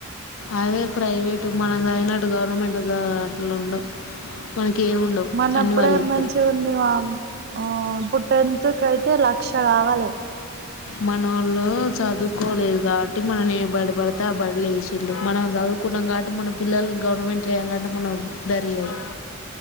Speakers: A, on the left; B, on the right.
A: అదే ప్రైవేట్ మనం చదివినట్టు గవర్నమెంట్ అట్లావుండవ్ మనకి ఏమి ఉండవు
B: మనప్పుడే
A: అన్నీ వాళ్ళు ఇస్తారు
B: మంచిగుంది మామ్ ఆ ఇపుడ్ టెన్త్ కయితే లక్ష గావలే
A: మనోళ్లు చదువుకోలేదు గాట్ టీ మనేబడి బడితే ఆ బల్లెసిళ్ళు మనం చదువుకున్నం గాబట్టి మన పిల్లల్ని గవర్నమెంట్లా ఏయాలంటే మనక్ దరియద్